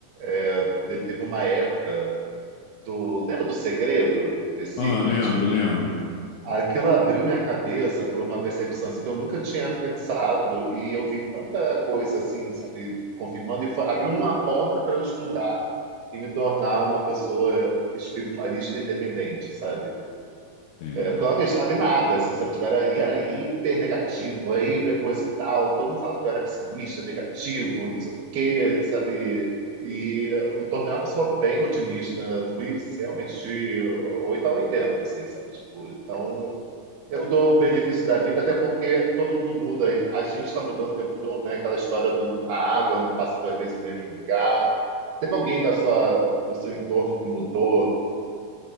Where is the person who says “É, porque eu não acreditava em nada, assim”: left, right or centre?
Right